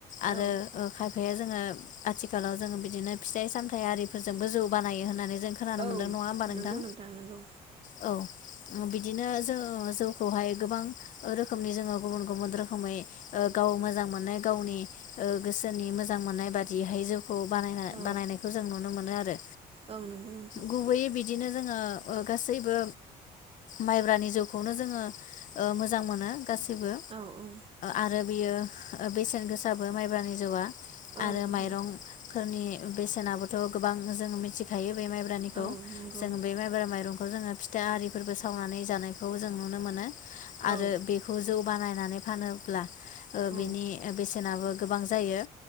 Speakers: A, on the left; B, on the right.
A: आरो
B: औ
A: ओ खाय जोङो आथिखालाव जों बिदिनो फिथाइ सामथाय आरिफोर जोंबो जौ बानायो होननानै जों खोनानो
B: औ
A: मोनदों नङा होमबा नोंथां
B: नंगौ नंगौ
A: औ। बिदिनो जो जौखौहाय गोबां रोखोमनि जोङो गुबुन गुबुन रोखोमै गाव मोजां मोननाय गावनि गोसोनि मोजां मोननाय बादिहाय जौखौ बानायना
B: औ
A: बानायनायखौ जों नुनो मोनो। नुनो मोनो आरो।
B: औ नंगौ नोंथां।
A: गुबैयै बिदिनो जोङो गासैबो माइब्रानि जौखौनो जोङो ओ मोजां मोनो। गासिबो
B: औ औ
A: आरो बियो बेसेन गोसाबो माइब्रानि जौआ।
B: औ
A: आरो
B: नंगौ
A: माइरं फोरनि बेसेन बो थ' गोबां जोंङो मिथिखायो। माइब्रानि जों
B: औ नंगौ
A: बे माइब माइं खौ जोङो फिथाइ आरिफोरबो सावनानै जानायखौ जों नुनो मोनो। आरो
B: औ
A: बेखौ जौ बानायनानै फानोब्ला
B: औ
A: बेनि बेसेनाबो गोबां जायो।